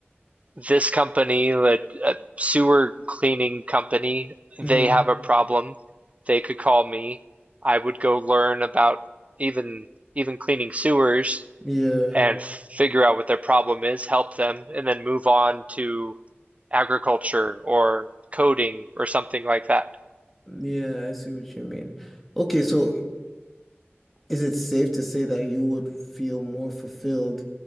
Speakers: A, on the right; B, in the centre.
A: this company, a, a sewer cleaning company,
B: hmm
A: they have a problem. They could call me. I would go learn about even even cleaning sewers
B: Yeah.
A: and figure out what their problem is, help them, and then move on to agriculture or coding or something like that.
B: Yeah, I see what you mean. Okay, so Is it safe to say that you would feel more fulfilled